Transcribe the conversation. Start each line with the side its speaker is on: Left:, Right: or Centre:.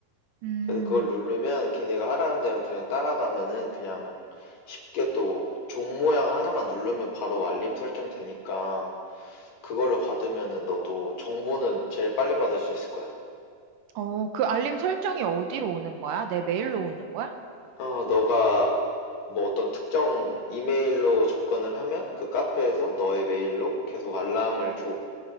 Right: 음.
Left: 그래서 그걸 누르면 걔네가 하라는 대로 그냥 따라가면은 그냥 쉽게 또 종 모양 하나만 누르면 바로 알림 설정 되니까 그걸로 받으면은 너도 정보는 제일 빨리 받을 수 있을 거야.
Right: 어, 그 알림 설정이 어디로 오는 거야? 내 메일로 오는 거야?
Left: 어, 너가 뭐 어떤 특정 이메일로 접근을 하면 그 카페에서 너의 메일로 계속 알람을 줘.